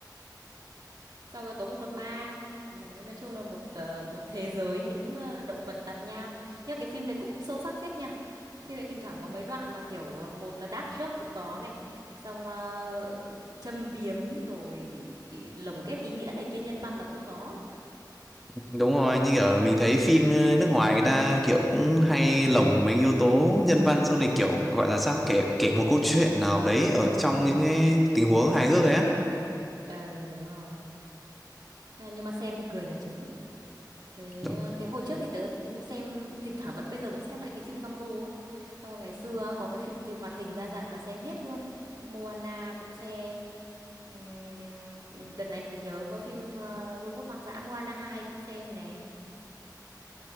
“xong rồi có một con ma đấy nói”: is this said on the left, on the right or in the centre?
Right